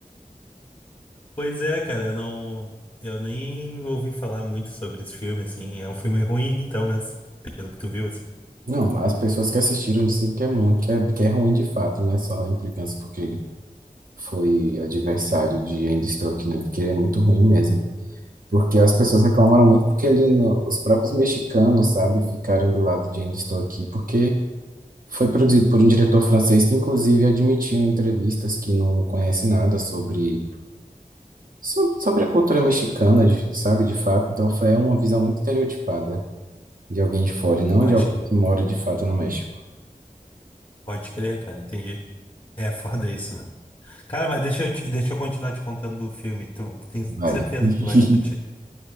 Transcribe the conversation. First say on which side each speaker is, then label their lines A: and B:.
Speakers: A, on the left; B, on the right.
A: Pois é, cara, eu não. Eu nem ouvi falar muito sobre esse filme, assim. É um filme ruim, então, mas pelo que tu viu, assim.
B: Não, as pessoas que assistiram dizem que é muito, que é, que é ruim de fato, não é só a implicância porque ele foi adversário de Ainda Estou Aqui, né? Porque ele é muito ruim mesmo. Porque as pessoas reclamaram muito porque ele, no- os próprios mexicanos, sabe, ficaram do lado de Ainda Estou Aqui, porque foi produzido por um diretor francês que, inclusive, admitiu em entrevistas que não conhece nada sobre, so- sobre a cultura mexicana, de- sabe, de fato. Então, foi é uma visão muito estereotipada de alguém de fora, e não
A: Pode,
B: de alguém que mora de fato no México.
A: pode crer, cara, entendi. É foda isso, né? Cara, mas deixa eu, te- deixa eu continuar te contando do filme. Tu tenho
B: Vai.
A: certeza
B: <laughs>
A: que tu vai curtir.